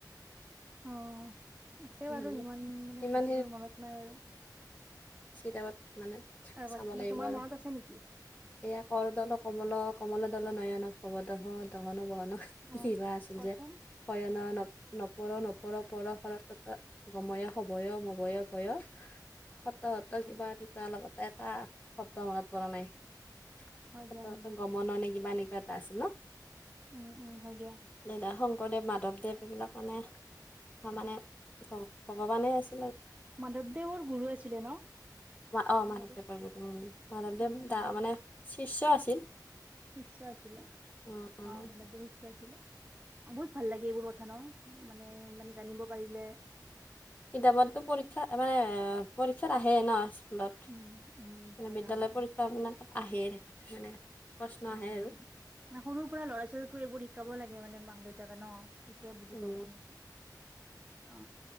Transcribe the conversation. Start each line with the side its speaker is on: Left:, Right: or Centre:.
Right: অ আছে
Left: উম
Right: বাৰু ইমান মানে
Left: ইমান
Right: বেছিকৈ মনত নাই বাৰু
Left: চিতাবত মানে চাব
Right: বাকী
Left: লাগিব
Right: তোমাৰ
Left: আৰু
Right: মনত আছে নেকি
Left: এয়া কৰতল কমল কমল দল নয়ন ভৱদহ দহন বহন
Right: অ
Left: কিবা আছিল
Right: কোৱাচোন
Left: যে হয়ন নৱ নপৰ নপৰ পৰ সৰচ গময় সভয় মভয় ভয় সত্ৰ সত্ৰ
Right: অ
Left: কিবা কিবা লতেগ এটা শব্দ মনত পৰা নাই সতৰ
Right: হয় দিয়া হয় দিয়া
Left: গমন এনেই কিবা এনেকোৱা এটা আছিল ন
Right: উম উম হয় দিয়া
Left: দাদা শংকৰদেৱ মাধৱদেৱ এইবিলাক মানে ত মানে। ভগৱানে আছে।
Right: মাধৱদেৱৰ গুৰু আছিলে ন।
Left: অ মাধৱদেৱৰ
Right: গুৰুদেৱ
Left: গুৰু মাধৱদেৱ
Right: উম
Left: দা
Right: হয়
Left: মানে
Right: দিয়া
Left: শিষ্য আছিল।
Right: শিষ্য আছিলে
Left: উম,
Right: অ মনত শিষ্য আছিলে। বহুত ভাল লাগে এইবোৰ কথা ন মানে মানে জানিব পাৰিলে।
Left: কিতাপততো পৰীক্ষা মানে পৰীক্ষাত আহে ন স্কুলত।
Right: উম উম
Left: মানে
Right: হয়
Left: বিদ্যালয়
Right: হয় আহ
Left: পৰীক্ষা মানে তাত আহে মানে প্ৰশ্ন
Right: উম
Left: আহে আৰু।
Right: সৰুৰ পৰাৰা ল'ৰা ছোৱালীকো এইবোৰ শিকাব লাগে মানে মাক দেউতাকে ন। তেতিয়া বুজি
Left: উম,
Right: পাব সিহঁতে অ।